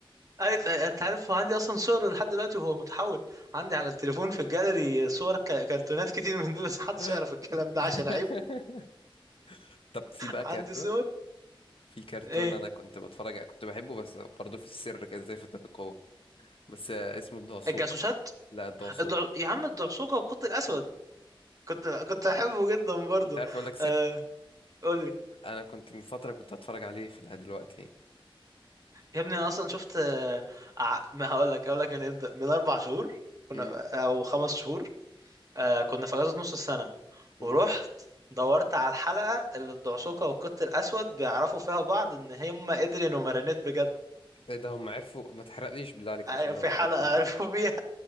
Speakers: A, on the right; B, on the left.
A: أنت أنت عارف هو عندي أصلا صور لحد دلوقتي وهو متحول عندي على التليفون في الجاليري صور ك- كرتونات كتير من دول بس محدش
B: <laughs>
A: يعرف الكلام ده عشان عيب
B: طب في بقى
A: عندي
B: كرتون
A: صور
B: في كرتون
A: إيه
B: انا كنت بتفرج كنت بحبه بس برضه في السر كده زي فتاة القوة بس اسمه الدعسوق
A: الجاسوسات
B: لا الدعسوق
A: الدع... يا عم الدعسوقة والقط الأسود كنت كنت أحبه جدا برضو
B: انت عارف اقول لك سر
A: آه... قول لي
B: انا كنت من فتره كنت هتفرج عليه في العيد دلوقتي
A: يا ابني أنا أصلا شفت آه... ع- ما هقول لك هقول لك من إمتى من أربع شهور كنا
B: امم
A: أو خمس شهور آه كنا في اجازه نص السنه
B: امم.
A: ورحت دورت على الحلقه اللي الدعسوقه والقط الاسود بيعرفوا فيها بعض ان هم ادريان ومارينيت بجد
B: ايه ده هم عرفوا ما تحرقليش بالله عليك
A: أيوة،
B: عشان
A: في
B: لو اتفرجت
A: حلقه
B: عليه
A: عرفوا فيها